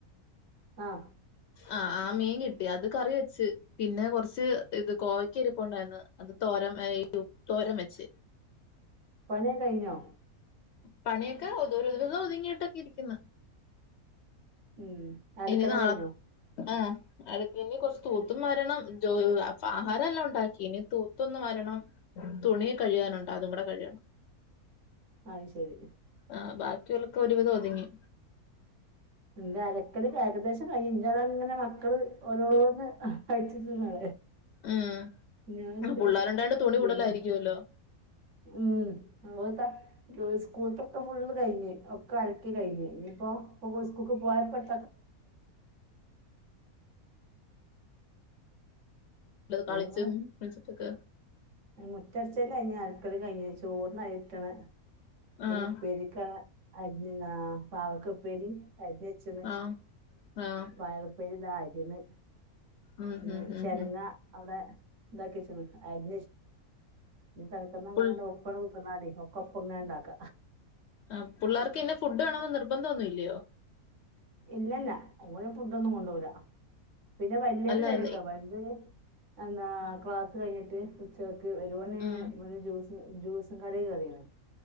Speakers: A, on the right; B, on the left.
A: ആഹ്
B: ആഹ് ആ മീൻ കിട്ടി അത് കറി വെച്ച് പിന്നെ കൊറച്ച് ഇത് കോവക്ക ഇരിപ്പുണ്ടായിര്ന്നു അത് തോരൻ വേ ഉപ് തോരം വെച്ച്
A: പണിക്കെ കഴിഞ്ഞോ
B: പണിയക്കെ <unintelligible> ഒതുങ്ങിട്ടൊക്കെ ഇരിക്കുന്നു
A: ഉം അലക്കലൊക്കെ
B: ഇനി നാളെ
A: കഴിഞ്ഞോ
B: ആഹ് അടു ഇനി കൊറച്ച് തൂത്തും വാരണം ജോ ആഹാരം എല്ലാം ഉണ്ടാക്കി ഇനി തൂത്തൊന്ന് വാരണം തുണി കഴ്കാനുണ്ട് അതും കൂടെ കഴ്കണം.
A: അത് ശരി
B: ആഹ് ബാക്കിയുള്ളക്കെ ഒരുവിതം ഒത്ങ്ങി.
A: എന്റെ അലക്കല് ഏകദേശം കയ്ഞ് ഞ്ഞിതങ്ങനെ മക്കള് ഓരോന്ന് കഴിച്ച്ട്ണ്
B: ഉം
A: ഞാൻ എന്ത്
B: പുള്ളേരുണ്ടായോണ്ട് തുണി
A: പിന്നെ
B: കൂടുതലായിരിക്കുവല്ലോ
A: ഉം അതാ സ്കൂളത്തൊക്കെ ഫുള്ള് കഴിഞ്ഞ് ഒക്കെ അലക്കി കഴിഞ്ഞ് ഞ്ഞിപ്പോ സ്കൂൾക്ക് പോയപ്പട്ട
B: കളിച്ചും
A: ഞങ്ങള്
B: മെയ്ച്ച്ട്ടൊക്കെ
A: മുറ്റടിച്ചല് കയിഞ് അലക്കലും കയ്ഞ് ചോറിനരിട്ടണ് ഇതിന്
B: ആഹ്
A: ഉപ്പേരിക്കരിഞ്ഞ് ആഹ് പാവക്കപ്പേരീം അറിഞ്ഞേച്ചക്കണ്
B: ആഹ് ആഹ്
A: പയർപ്പേരിക്ക് ദാ അരിയണ്
B: ഉം
A: പിന്നേ
B: ഉം ഉം
A: ചെരങ്ങ
B: ഉം
A: അവടെ ഇതാക്കി വെച്ച്ണ് അരി തനക്കന്ന അങ്ങനെ
B: പുൾ
A: ഒപ്പ കുത്തന്നാ മതി ഒക്ക ഒപ്പ ഇങ്ങനെ ഉണ്ടാക്ക
B: ആ പിള്ളേർക്ക് ഇന്നെ ഫുഡ് വേണമന്ന് നിർബന്ധം ഒന്നുമ ഇല്ലയോ
A: ഇല്ലല്ല ഓങ്ങര ഫുഡ ഒന്നും കൊണ്ട പോരാ പിന്നെ വലിയത്
B: അല്ല
A: വര
B: എന്ന്
A: കേട്ടോ വലുത് എന്നന്താ ക്ലാസ് കഴിഞ്ഞിട്ട് ഉച്ച പോെ
B: ഉം
A: ജ്യൂ ജ്യൂസും കടെ കറിയണേ